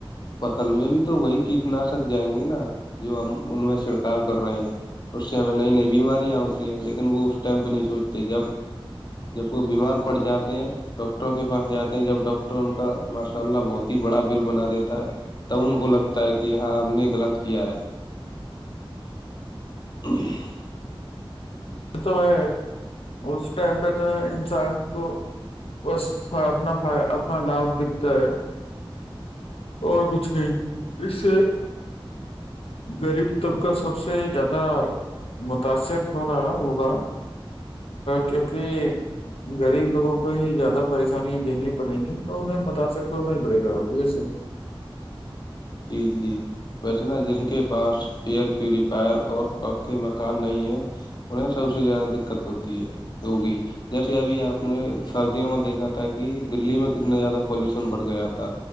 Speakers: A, on the left; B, on the left.
A: فصل میں بھی تو وہی کیٹ نشک جائیں گے نا جو ہم ان میں چھڑکاؤ کر رہے ہیں اس سے ہمیں نئی نئی بیماریاں ہوتی ہیں لیکن وہ اس ٹائم پہ نہیں سوچتے جب جب وہ بیمار پڑ جاتے ہیں ڈاکٹروں کے پاس جاتے ہیں جب ڈ تو ان کا ماشاء اللہ بہت ہی بڑا بل بنا دیتا ہے تب ان کو لگتا ہے کہ ہاں ہم نے غلط کیا ہے ج <unintelligible>
B: تو ہے اس ٹائم پہ تو ہے انسان کو بس اپنا اپنا لابھ دکھتا ہے اور کچھ نہیں اس سے غریب طبقہ سب سے زیادہ متاثر ہو رہا ہے وہ ا کیونکہ غریب لوگوں کو ہی زیادہ پریشانیاں جیننیی پڑیں گی تو انہیں متاثر تو ہونا ہی پڑے گا ہوگ سے
A: جی جی ویسے نا جن کے پاس ایئر پیوریفائر اور پکے مکان نہیں ہیں انہیں سب سے زیادہ دقت ہوتی ہے ہوگئی جیسے ابھی آپ نے سردیوں میں دیکھا تھا کہ دلی میں کتنا زیادہ پالوشن بڑھ گیا تھا